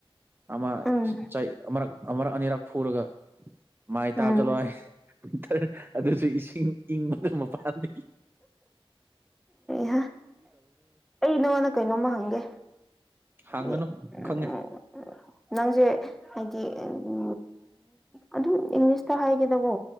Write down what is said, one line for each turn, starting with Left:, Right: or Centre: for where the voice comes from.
Right: ꯑ
Centre: ꯎꯝ
Right: ꯆ ꯑ ꯑꯅꯤꯔ ꯐꯨꯔꯒ ꯃꯥꯏ
Centre: ꯎꯝ
Right: ꯇꯥꯕ ꯆꯠꯂꯏꯋꯤꯟꯇꯔ ꯑꯗꯨꯁꯨꯁꯤꯡ ꯏꯪ ꯅꯃ ꯄꯥꯗ
Centre: ꯍ ꯑꯩ ꯅꯪꯉꯣꯟꯗ ꯀꯩꯅꯣꯝꯃ ꯍꯪꯒꯦ
Right: ꯍꯥꯡꯒꯅꯨ
Centre: ꯍꯥꯏꯗꯤ
Right: ꯈꯪꯉꯦ
Centre: ꯎꯝ, ꯅꯪꯁꯦ ꯍꯥꯏꯗꯤ ꯎ ꯑꯗꯨꯝ ꯏꯪꯂꯤꯁꯇ ꯍꯥꯏꯒꯦꯗꯕꯣ